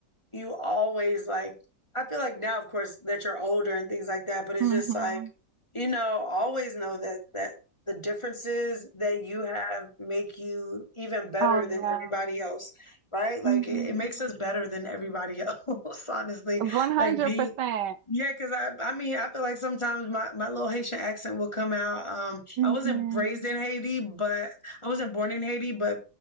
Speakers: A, on the left (about 15°); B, on the right (about 70°).
A: you always like I feel like now of course that you're older and things like that, but it's
B: hmm
A: just like, you know, always know that that the differences that you have make you even better
B: Oh
A: than
B: yeah.
A: everybody else, right? Like
B: hmm
A: it, it makes us better than everybody <laughs> else, honestly.
B: 100%.
A: Like being yeah, because I I mean I feel like sometimes my, my little Haitian accent will come out. Um
B: hmm
A: I wasn't raised in Haiti, but I wasn't born in Haiti, but